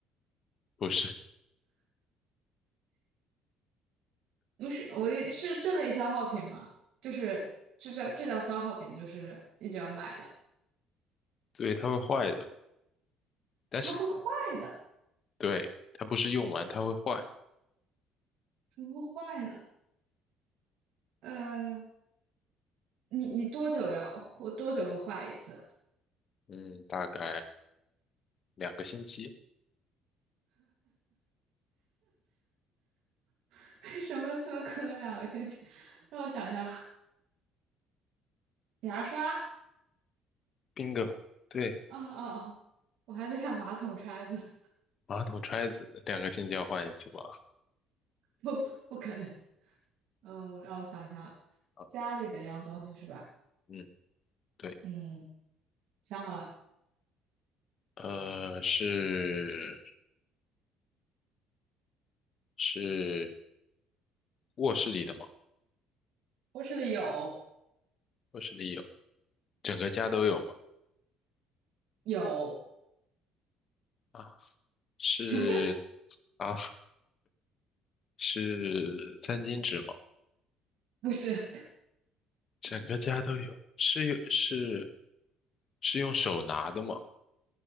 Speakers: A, on the left; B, on the right.
A: 不是，
B: 嗯，是，我也是这类消耗品吗？就是这叫这叫消耗品，就是一直要买的，
A: 对，它会坏的，但是
B: 它会坏的，
A: 对，它不是用完它会坏。
B: 怎么会坏呢？呃，你你多久要会多久会坏一次？
A: 嗯，大概两个星期。
B: <laughs> 什么？怎么可能两个星期？让我想一下，牙刷。
A: bingo。对，
B: <laughs> 哦哦，哦！我还在想马桶揣子，
A: 马桶揣子两个进交换一次吧。
B: <laughs> 不不可能。嗯，让我想一想，
A: 啊，
B: 家里的一样东西是吧？
A: 嗯，对，
B: 嗯，想好了，
A: 呃，是是卧室里的吗？
B: 卧室里有
A: 卧室里有，整个家都有吗？
B: 有，
A: 啊，是
B: <laughs>
A: 啊，是餐巾纸吗？
B: 不是
A: 整个家都有，是有是是用手拿的吗？